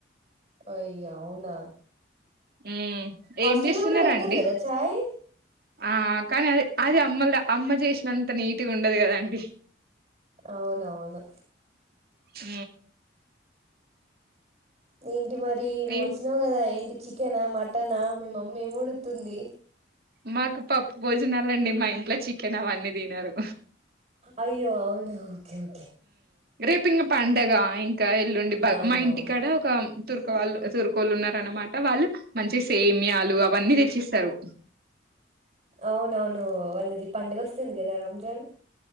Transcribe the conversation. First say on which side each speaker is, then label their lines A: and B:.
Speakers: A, on the right; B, on the right.
A: అయ్యా అవునా
B: ఉమ్
A: హాస్టల్లో
B: ఏం చేస్తున్నారండి
A: కూడా పెడతారు కదా చాయ్
B: ఆ కానీ అది అది అమ్మలు అమ్మ చేసినంత నీట్గా ఉండదు కదండి
A: అవున అవును
B: అ
A: నను ఇ మరి నువ్వు
B: ఏం
A: వచ్చినావు కదా ఏంటి చికెనా మటనా మీ మమ్మీ ఉడుతుంది
B: మాకు పప్పు భోజనాలు అండి మా ఇంట్లో చికెన్ అవన్నీ తినారు
A: అయ్యో అవును ఓకే ఓకే
B: రేపుంగ పండగ ఇం ఇకా ఎల్లుండి బా
A: అవునవును
B: మా ఇంటికాడ ఒక తుర్కవాళ్ళు తుర్కళ్ళు ఉన్నారు అన్నమాట వాళ్ళు మంచి సేమ్యాలు అవన్నీ తెచ్చిస్తారు
A: అవునవును వాళ్ళది పండుగ వస్తుంది ఏదా రంజాన్